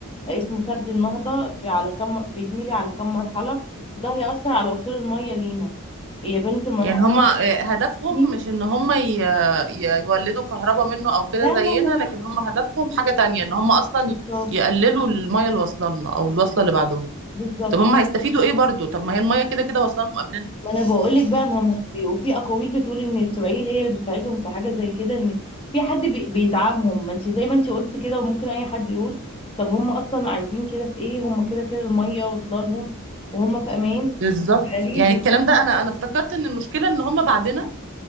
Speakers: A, on the left; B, on the right.
A: اسمه سد النهضه بي- على كم بيتملي على كم مرحله ده هيأثر على وصول الميه لينا هي بنت المرحله
B: يعني هما آه، هدفهم
A: الثانيه
B: مش ان هما ي- ي- يولدوا كهرباء منه او كده
A: لا لا
B: زينا
A: لا لا
B: لكن هما هدفهم حاجه تانية ان هما اصلا
A: بالظبط
B: ي- يقللوا الميه اللي واصله لنا او الواصله اللي بعدهم
A: بالظبط
B: طب هما هيستفيدوا ايه برضو طب ما هي الميه كده كده واصله لهم قبلنا
A: ما انا بقول لك بقى ما هم وفي اقاويل بتقول ان اسرائيل هي اللي بتساعدهم في حاجه زي كده ان في حد بي- بيدعمهم ما انت زي ما انت قلت كده وممكن اي حد يقول طب هم اصلا عايزين كده في ايه هم كده كده الميه واصله لهم وهم في امان
B: بالظبط
A: فليه
B: يعني
A: بس
B: الكلام ده انا انا افتكرت ان المشكله ان هم بعدنا